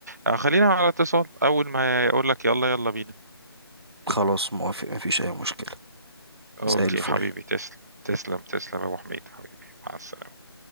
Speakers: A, on the right; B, on the right.
A: آه، خلينا على اتصال أول ما يقول لك يلا يلا بينا
B: خلاص موافق مفيش اي مشكلة
A: أوكي
B: زي الفل
A: حبيبي تسلم تسلم تسلم يا أبو حميد حبيبي مع السلامة